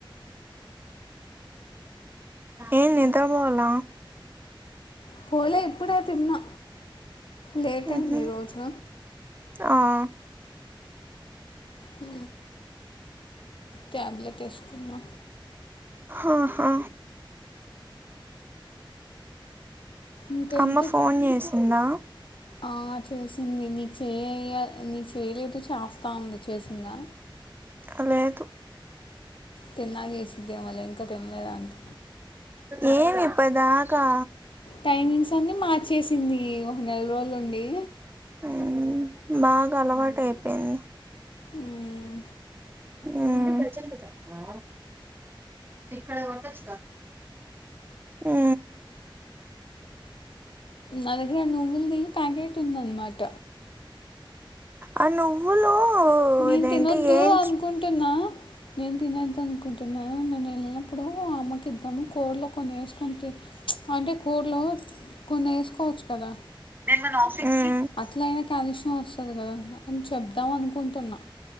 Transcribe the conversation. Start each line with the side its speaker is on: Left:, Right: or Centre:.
Right: ఏందెంతకు బోవల్ల
Left: పోలే ఇప్పుడై తిన్నా లేట్
Right: మ్హు
Left: అయింది ఈరోజు
Right: ఆ
Left: ఉ ట్యాబ్లెటేసుకున్నా
Right: ఆాహా
Left: ఇంకేంటి
Right: అమ్మ ఫోన్ చేసిందా
Left: ఆ చేసింది నీ చేయ నీ చేయలేదు చేస్తా ఉంది చేసిందా
Right: ఆ లేదు
Left: తిన్నాక చేసిద్దేమోలే ఇంకా తిండ్లేద్ అంట్
Right: ఏమి ఇప్పడిదాకా
Left: టైమింగ్స్ అన్ని మార్చేసింది ఒక నెల రోజులుండి
Right: ఉమ్ బాగా అలవాటైపేయింది
Left: మ్మ్.
Right: ఊమ్ దా ఇక్కడ కొ <unintelligible> టచ్చ కా ఊ
Left: నాదగ్గర నువ్వుల్ దీ ప్యాకట్ ఉందన్ మాట
Right: అ నువ్వులు
Left: నేన్
Right: ఇదేంటి
Left: తినొద్దు
Right: ఏంచ్
Left: అనుకుంటున్నా నేను తినన్ ద్దు అనుకుంటున్నాను నేను ఎళ్ళినప్పుడు అమ్మకిద్దాము కూర్లోలో కొన్ని ఎసుకొన్ తి అంటే కూ కూర్లో కొన్నేసుకోచ్చు కదా
Right: మ్మ్
Left: అట్లైన కాల్షియం వస్తది గదా అని చెప్దాం అనుకుంటున్నా